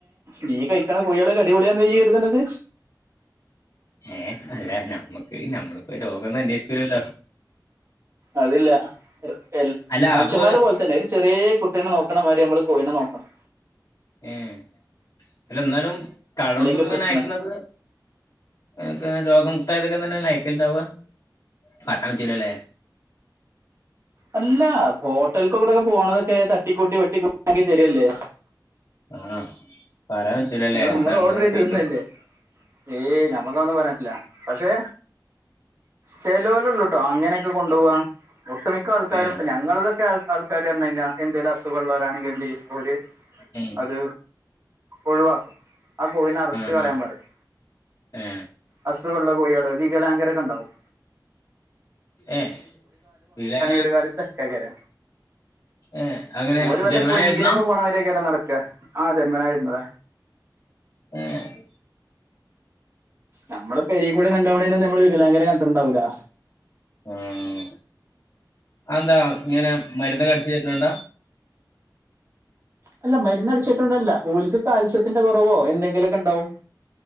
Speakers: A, on the right (about 35°); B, on the left (about 50°).
A: നീ കഴിക്കണ കോഴിയേള്ക്കെ അടിപൊളിയാന്ന നീ കരുത്ണത്
B: ഏഹ് അതാ നമ്മക്ക് നമ്മളിപ്പോ രോഗൊന്നും അന്നെഷികൂലല്ലോ
A: അതില്ല എൽ
B: അല്ല
A: മനുഷ്യന്മാരെ
B: അപ്പൊ
A: പോലെ തന്നെ ചെറ്യേകുട്ടിനെ നോക്കണമാതിരി നമ്മള് കോയിനെ നോക്കണം
B: ഏഹ് അല്ലന്നാലും കടേള്കൊക്കെങ്ങനെ
A: ഇല്ലെങ്കിൽ പ്രശ്നം
B: അയക്കണത് ഇത് രോഗപേതായതൊക്കെ തന്നെഅല്ലെ അയക്കല്ണ്ടാവാ പറയാം പറ്റൂലല്ലേ
A: അല്ലാ ഹോട്ടൽകൊക്കെ പോണതൊക്കെ തട്ടിക്കൂട്ടി വെട്ടിക്കൂട്ടിആക്കി തരല്ലേ
B: ആഹ് പറയാൻ പറ്റൂലല്ലേ
A: നിങ്ങൾ
B: എന്താള്ന്നക്കയില്
A: നമ്മൾ ഓർഡർ ചെയ്ത് തിന്നല്ലേ ഏയ് നമ്മക്കതൊന്നും പറയാറ്റില്ല പക്ഷെ ചെലേലൊള്ളുട്ടോ അങ്ങനെക്കെ കൊണ്ടോവാ ഒട്ട്മിക്ക ക്ക ആൾക്കാരും
B: ഏ
A: ഇപ്പ ങ്ങള്തൊക്കെ ക്കാൾക്കാരുപറഞ്കയ്ഞാ എന്തേലും അസുഖള്ളവരാണങ്കി എന്തിയും ഓര്
B: ഉം
A: അത് ഒഴിവാക്കും ആ കോഴ്ളേ അറുത്ത്
B: ആ
A: കളയാം
B: ആ
A: പറേം
B: ഏ
A: അസുഖള്ളകോഴ്ള് വികലാങ്കരൊക്കെണ്ടാവും
B: ഏഹ് <unintelligible>
A: ഒരുകാല തച്ചകര
B: ഏ അങ്ങനെ
A: ഓലു വല്ല
B: ജന്മന
A: പൊൻഗിനൊക്കെ
B: വരുന്നോ
A: പോയി പോണമാരിയൊക്കെയാട്ട് നടക്ക ആ ജന്മനാവര്ന്നത
B: ഏഹ്
A: നമ്മള് പെരേകുടിന്ന്ണ്ടാവണീനൊന്നും നമ്മള് വികലാംഗരെ കണ്ടിട്ട്ണ്ടാവില്ല
B: ഉം അതെന്താ ഇങ്ങനെ മര്ന്നൊക്കെ അടിച്ച്കയ്റ്റ്ണോണ്ടാ
A: അല്ല മര്ന്ന് അടിച്ചിട്ടോണ്ടല്ല ഓൽക്ക് കാൽസ്യത്തിന്റെ കൊറവോ എന്തെങ്കിലുക്കെണ്ടാവും